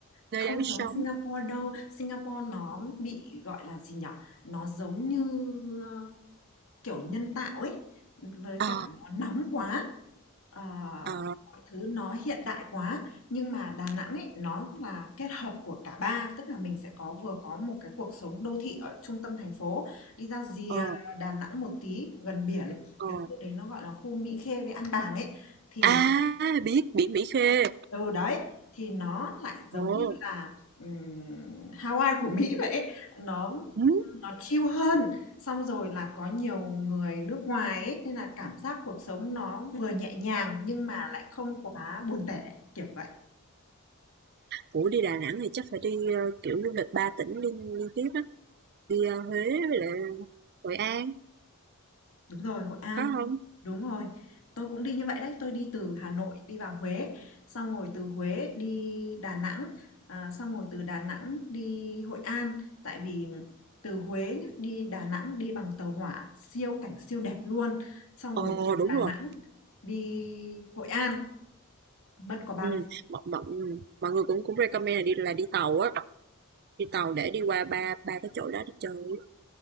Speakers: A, on the right; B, on the left.
A: nơi
B: không
A: đáng
B: giống
A: sống.
B: Singapore đâu. Singapore nó bị gọi là gì nhở? Nó giống như ờ, kiểu nhân tạo ấy. Với
A: Ờ,
B: cả nó nóng quá. Ờ,
A: ờ,
B: mọi thứ nó hiện đại quá, nhưng mà Đà Nẵng ấy, nó là kết hợp của cả ba, tức là mình sẽ có vừa có một cái cuộc sống đô thị ở trung tâm thành phố, đi ra rìa
A: ờ,
B: Đà Nẵng một tí gần biển,
A: ờ.
B: cái khu đấy nó gọi là khu Mỹ Khê với An Bàng ấy, thì
A: À, biết biển Mỹ Khê.
B: từ đấy thì nó lại giống
A: Ồ.
B: như là ừm, Hawaii của Mỹ vậy ấy. Nó
A: Ừ.
B: nó chill hơn, xong rồi là có nhiều người nước ngoài ấy, nên là cảm giác cuộc sống nó vừa nhẹ nhàng nhưng mà lại không quá buồn tẻ, kiểu vậy.
A: Ủa đi Đà Nẵng thì chắc phải đi ờ, kiểu du lịch ba tỉnh liên liên tiếp á, đi ờ, Huế với lại Hội An,
B: Đúng rồi, Hội An,
A: có không?
B: đúng rồi. Tôi cũng đi như vậy đấy, tôi đi từ Hà Nội đi vào Huế, xong rồi từ Huế đi Đà Nẵng, à, xong rồi từ Đà Nẵng đi Hội An, tại vì từ Huế nhá, đi Đà Nẵng đi bằng tàu hỏa, siêu cảnh siêu đẹp luôn. Xong
A: Ồ
B: rồi từ
A: đúng
B: Đà
A: rồi.
B: Nẵng đi Hội An mất có ba
A: Ừ,
B: mươi
A: mọi mọi ừ, mọi người cũng cũng recommend là đi là đi tàu á, đi tàu để đi qua ba ba cái chỗ đó đi chơi á.